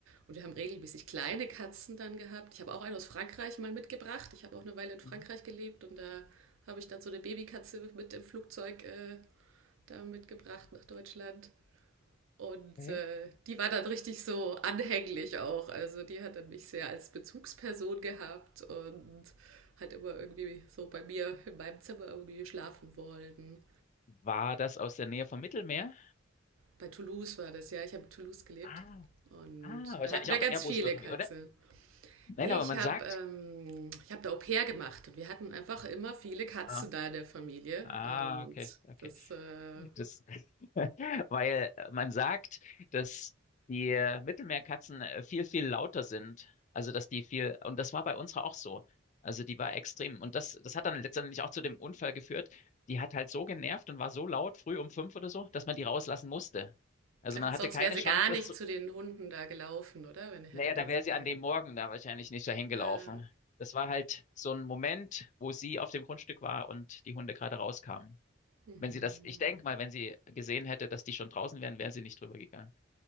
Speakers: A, on the right; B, on the left.
A: und wir haben regelmäßig kleine Katzen dann gehabt. Ich habe auch eine aus Frankreich mal mitgebracht. Ich habe auch eine Weile in Frankreich
B: Mhm.
A: gelebt und da habe ich dann so eine Babykatze mit im Flugzeug äh, da mitgebracht nach Deutschland. Und
B: Okay.
A: äh, die war dann richtig so anhänglich auch. Also die hat dann mich sehr als Bezugsperson gehabt und hat immer irgendwie so bei mir in meinem Zimmer irgendwie schlafen wollen.
B: War das aus der Nähe vom Mittelmeer?
A: Bei Toulouse war das, ja. Ich habe in Toulouse gelebt.
B: Ah,
A: Und
B: ah, wahrscheinlich
A: da hatten wir
B: auch
A: ganz
B: Airbus
A: viele
B: irgendwie,
A: Katzen.
B: oder? Nein,
A: Nee,
B: aber
A: ich
B: man
A: habe
B: sagt.
A: ähm, ich hab da Au pair gemacht und wir hatten einfach immer viele Katzen
B: Ah,
A: da in der Familie.
B: ah,
A: Und
B: okay, okay.
A: das, äh,
B: Das, weil äh, man sagt, dass die äh, Mittelmeerkatzen äh, viel, viel lauter sind. Also, dass die viel, und das war bei unserer auch so. Also, die war extrem. Und das, das hat dann letztendlich auch zu dem Unfall geführt. Die hat halt so genervt und war so laut, früh um fünf oder so, dass man die rauslassen musste. Also,
A: ja,
B: man
A: sonst
B: hatte keine
A: wäre sie
B: Chance,
A: gar nicht
B: das zu,
A: zu den Hunden da gelaufen, oder? Wenn ihr hättet
B: naja, da
A: ihr
B: wäre
A: sie.
B: sie an dem Morgen da wahrscheinlich nicht dahin gelaufen.
A: Ähm,
B: Das war halt so ein Moment, wo sie auf dem Grundstück war und die Hunde gerade rauskamen.
A: mhm.
B: Wenn sie das, ich denke mal, wenn sie gesehen hätte, dass die schon draußen wären, wäre sie nicht drüber gegangen.